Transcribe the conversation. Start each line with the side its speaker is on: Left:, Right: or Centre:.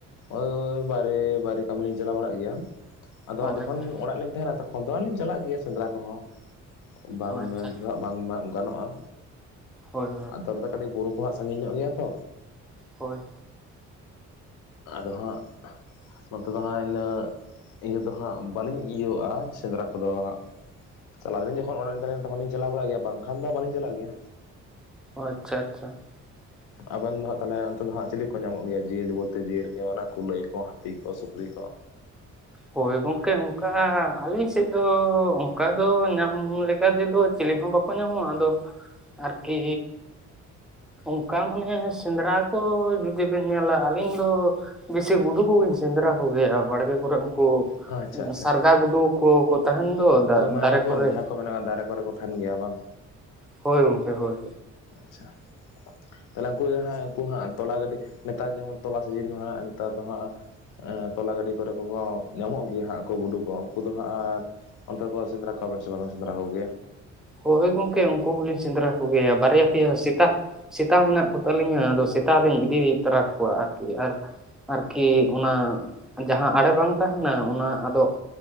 Left: ᱚ ᱵᱟᱨᱮ ᱵᱟᱭᱨᱮ ᱠᱟᱹᱢᱤ ᱞᱤᱧ ᱪᱟᱞᱟᱣ ᱵᱟᱲᱟᱜ ᱜᱮᱭᱟ, ᱟᱫᱚ ᱦᱟᱜ
Centre: ᱚ
Left: ᱡᱚᱠᱷᱚᱱ
Centre: ᱟᱪᱪᱷᱟ
Left: ᱚᱲᱟᱜ ᱞᱤᱧ ᱛᱟᱦᱮᱱᱟ ᱛᱚᱼᱼ <unintelligible> ᱞᱤᱧ ᱪᱟᱞᱟᱜ ᱜᱮᱭᱟ ᱥᱮᱸᱫᱽᱨᱟ ᱠᱚᱦᱚᱸ, ᱵᱟᱝ
Centre: ᱚ ᱟᱪᱪᱷᱟ
Left: ᱢᱮᱱ ᱛᱮᱫᱚ ᱦᱟᱜ ᱵᱟᱝ ᱜᱟᱱᱚᱜᱼᱟ
Centre: ᱦᱳᱭ
Left: ᱟᱫᱚ ᱚᱱᱟ ᱠᱟᱹᱴᱤᱡ ᱵᱩᱨᱩ ᱠᱚ ᱦᱟᱸᱜ ᱥᱟᱺᱜᱤᱧ ᱧᱚᱜ ᱜᱮᱭᱟ ᱛᱚ᱾
Centre: ᱦᱳᱭ
Left: ᱟᱫᱚ ᱦᱟᱸᱜ ᱱᱚᱛᱮ ᱫᱚ ᱦᱟᱸᱜ ᱤᱱᱟᱜ ᱤᱭᱟᱹ ᱫᱚ ᱦᱟᱸᱜ ᱵᱟᱹᱞᱤᱧ ᱤᱭᱟᱹᱼᱟ ᱥᱮᱸᱫᱽᱨᱟ ᱠᱚᱫᱚ ᱦᱟᱸᱜ᱾ ᱪᱟᱞᱟᱜ ᱟᱞᱤᱧ ᱡᱚᱠᱷᱚᱱ ᱚᱲᱟᱜ ᱤᱧ ᱛᱟᱦᱮᱱᱟ ᱛᱚᱠᱷᱚᱱ ᱞᱤᱧ ᱪᱟᱞᱟᱣ ᱵᱟᱲᱟᱜ ᱜᱮᱭᱟ ᱵᱟᱝᱠᱷᱟᱱ ᱫᱚ ᱵᱟᱞᱤᱧ ᱪᱟᱞᱟᱜ ᱜᱮᱭᱟ᱾
Centre: ᱚ ᱟᱪᱪᱷᱟ ᱟᱪᱪᱷᱟ᱾ <inaudible>
Left: ᱟᱵᱮᱱ ᱫᱚ ᱦᱟᱸᱜ ᱛᱟᱦᱚᱞᱮ ᱚᱱᱛᱮ ᱫᱚ ᱦᱟᱸᱜ ᱪᱤᱞᱤ ᱠᱚ ᱧᱟᱢᱚᱜ ᱜᱮᱭᱟ, ᱡᱤᱭᱟᱹᱞᱤ ᱵᱚᱞᱛᱮ ᱡᱤᱭᱟᱹᱨ ᱠᱚ ᱚᱱᱟ ᱠᱩᱞᱟᱹᱭ ᱠᱚ ᱦᱟᱹᱛᱤ ᱠᱚ ᱥᱩᱠᱨᱤ ᱠᱚ?
Centre: ᱦᱳᱭ ᱜᱚᱝᱠᱮ ᱚᱝᱠᱟ ᱟᱞᱤᱧ ᱥᱮᱫ ᱫᱚ ᱚᱝᱠᱟ ᱫᱚ ᱧᱟᱢ ᱞᱮᱠᱟᱛᱮ ᱫᱚ ᱪᱤᱞᱤ ᱦᱚᱸ ᱵᱟᱠᱚ ᱧᱟᱢᱚᱜᱼᱟ᱾ ᱟᱫᱚ ᱟᱨᱠᱤ ᱚᱝᱠᱟ ᱢᱟᱱᱮ ᱥᱮᱸᱫᱽᱨᱟ ᱠᱚ ᱡᱩᱫᱤ ᱵᱮᱱ ᱧᱮᱞᱟ ᱟᱹᱞᱤᱧ ᱫᱚᱻ ᱵᱮᱥᱤ ᱜᱩᱰᱩ ᱠᱚᱜᱮᱧ ᱥᱮᱸᱫᱽᱨᱟ ᱠᱚᱜᱮᱭᱟ ᱵᱟᱲᱜᱮ ᱠᱚᱨᱮ ᱩᱱᱠᱩ
Left: ᱟᱪᱪᱷᱟ ᱟᱪᱪᱷᱟ
Centre: ᱥᱟᱨᱜᱟ ᱜᱩᱰᱩ ᱠᱚ ᱠᱚ ᱛᱟᱦᱮᱱ ᱫᱚ ᱫᱟ-
Left: ᱦᱳᱭ ᱢᱟᱱᱮ
Centre: ᱫᱟᱨᱮ
Left: ᱩᱱᱠᱩ
Centre: ᱠᱚᱨᱮ,
Left: ᱡᱟᱦᱟᱸ ᱠᱚ ᱢᱮᱱᱟᱜᱼᱟ ᱫᱟᱨᱮ ᱠᱚᱨᱮ ᱠᱚ ᱛᱟᱦᱮᱸᱱ ᱜᱮᱭᱟ ᱵᱟᱝ
Centre: ᱦᱳᱭ ᱜᱚᱝᱠᱮ ᱦᱳᱭ᱾
Left: ᱟᱪᱪᱷᱟ, ᱛᱟᱦᱞᱮ ᱩᱱᱠᱩ ᱡᱟᱦᱟᱸᱭ ᱩᱱᱠᱩ ᱦᱟᱸᱜ ᱛᱚᱞᱟ ᱜᱟᱹᱰᱤ ᱱᱮᱛᱟᱨ ᱡᱮᱢᱚᱱ ᱛᱚᱞᱟ ᱥᱤᱡᱤᱱ ᱢᱟ ᱦᱟᱸᱜ ᱱᱮᱛᱟᱨ ᱫᱚ ᱦᱟᱸᱜ ᱟᱸ ᱛᱚᱞᱟ ᱜᱟᱹᱰᱤ ᱠᱚᱨᱮ ᱠᱚ ᱠᱚ ᱧᱟᱢᱚᱜ ᱜᱮᱭᱟ ᱦᱟᱸᱜ ᱠᱚ ᱜᱩᱰᱩ ᱠᱚ ᱩᱱᱠᱩ ᱫᱚ ᱦᱟᱸᱜ ᱟᱨ ᱚᱱᱛᱮ ᱠᱚ ᱥᱤᱸᱫᱽᱨᱟ ᱠᱚ ᱵᱟᱪᱚ ᱵᱟᱠᱚ ᱥᱤᱸᱫᱽᱨᱟ ᱠᱚ ᱜᱮᱭᱟ?
Centre: ᱦᱳᱭ ᱜᱚᱝᱠᱮ ᱩᱱᱠᱩ ᱦᱚᱸᱞᱤᱧ ᱥᱮᱸᱫᱽᱨᱟ ᱠᱚᱜᱮᱭᱟ ᱵᱟᱨᱭᱟ ᱯᱮᱭᱟ ᱥᱮᱛᱟ ᱥᱮᱛᱟ ᱢᱮᱱᱟᱜ ᱠᱚᱛᱟᱞᱤᱧᱟ ᱟᱫᱚ ᱥᱮᱛᱟ ᱞᱤᱧ ᱤᱫᱤ ᱛᱚᱨᱟ ᱠᱚᱣᱟ ᱟᱨᱠᱤ ᱟᱨ ᱟᱨᱠᱤ ᱚᱱᱟ ᱡᱟᱦᱟᱸ ᱟᱲᱮ ᱵᱟᱝ ᱛᱟᱦᱮᱱᱟ ᱚᱱᱟ ᱟᱫᱚᱜ